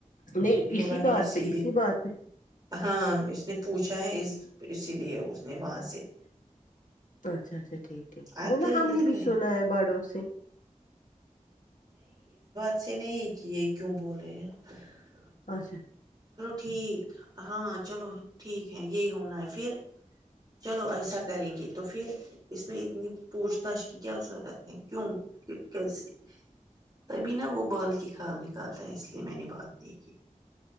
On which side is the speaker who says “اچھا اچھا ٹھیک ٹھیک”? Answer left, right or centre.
Left